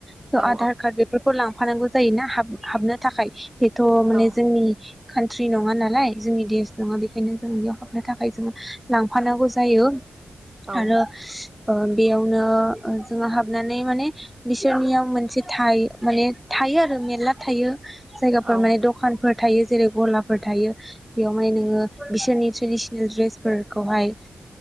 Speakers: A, in the centre; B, on the right (about 20°).
A: स'
B: औ
A: आधार कार्ड बेफोरखौ लांफानांगौ जायो ना हाब हाबनो थाखाय बेथ' माने
B: औ
A: जोंनि खान्ट्रि नङा नालाय जोंनि देश नङा बेखायनो जों बेयाव हाबनो थाखाय जों लांफानांगौ जायो
B: औ
A: आरो ओ बेयावनो जोङो हाबनानै माने बिसोरनियाव मोनसे थाइ माने थायो आरो मेरला थायो जायगाफोर
B: औ
A: माने दखानफोर थायो जेरै गलाफोर थायो बेयावहाय नोङो बिसोरनि ट्रेडिसनेल ड्रेसफोरखौहाय